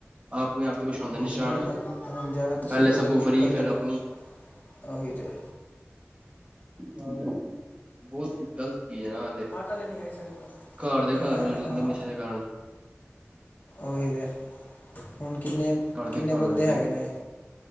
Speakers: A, on the right; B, on the left.
A: ਆਪਣੇ ਆਪ ਤੇ ਕੁਛ ਹੁੰਦਾ ਨੀ ਸਟਾਰਟ
B: ਅਤੇ ਹੁਣ ਹੁਣ ਜਾਵੇ ਤੁਸੀਂ
A: ਪਹਿਲੇ
B: ਕੋਈ
A: ਸਭ ਕੁ
B: ਵੀ
A: ਫਰੀ
B: ਬੰਦੇ
A: ਫਿਰ
B: ਨੂੰ
A: ਆਪਣੀ
B: ਉਹੀ ਜੈ
A: ਹਾਂ ਬਹੁਤ ਗ਼ਲਤ ਚੀਜ਼ ਹੈ ਨਾ
B: ਆਟਾ ਲੈਣੇ ਗਏ ਸ਼ਨੀਵਾਰ
A: ਘਰ ਦੇ
B: ਹੈ
A: ਘਰ ਉਜੜ ਜਾਂਦੇ
B: ਹਾਂ
A: ਨਸ਼ੇ ਦੇ ਕਾਰਨ
B: ਉਹੀ ਤੇ ਹੁਣ ਕਿੰਨੇ
A: ਘਰ ਦੇ
B: ਕਿੰਨੇ
A: ਘਰ
B: ਬੰਦੇ
A: ਉਜੜ
B: ਹੈਗੇ
A: ਜਾਂਦੇ
B: ਨੇ